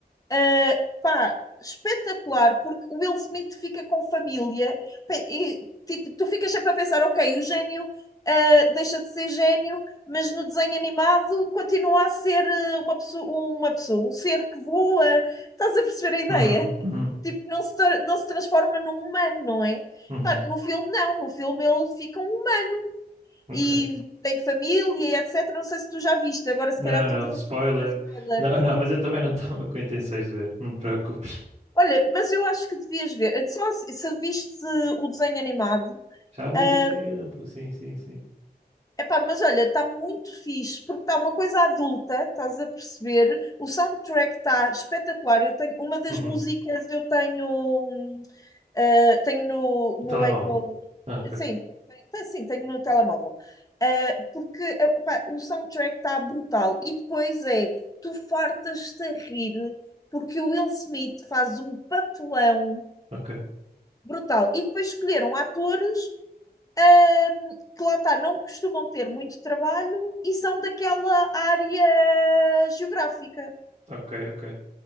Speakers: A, on the left (about 20°); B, on the right (about 40°).
A: Uh, pá, espetacular, porque o Will Smith fica com família pá, e tipo, tu ficas sempre a pensar, ok, o gênio uh, deixa de ser gênio, mas no desenho animado continua a ser uh, uma pessoa, uma pessoa, um ser que voa. Estás a perceber a ideia?
B: Uhum, uhum,
A: Tipo, não se, tra- não se transforma num humano, não é?
B: uhum.
A: Pá, no filme, não. No filme ele fica um humano
B: Ok.
A: e tem família e etc. Não sei se tu já viste, agora se
B: Não,
A: calhar estou-te
B: não, spoiler.
A: a fazer um spoiler.
B: Não, não, mas eu também não <laughs> estava com intenções de ver. Não te preocupes.
A: Olha, mas eu acho que devias ver. Eh, Só se, se viste o desenho animado.
B: Já há muito
A: ah,
B: tempo, sim, sim, sim.
A: epá, mas olha, está muito fixe, porque está uma coisa adulta, estás a perceber? O soundtrack está espetacular. Eu tenho, uma das
B: Uhum.
A: músicas eu tenho, hum, ah, tenho no, no
B: Um telemóvel.
A: Apple.
B: Ah, ok.
A: Sim, tem, sim, tenho no telemóvel. Ah, porque epá, o soundtrack está brutal. E depois é, tu fartas-te a rir, porque o Will Smith faz um papelão.
B: Ok,
A: brutal. E depois escolheram atores ahm, que lá está, não costumam ter muito trabalho e são daquela área geográfica.
B: ok, ok.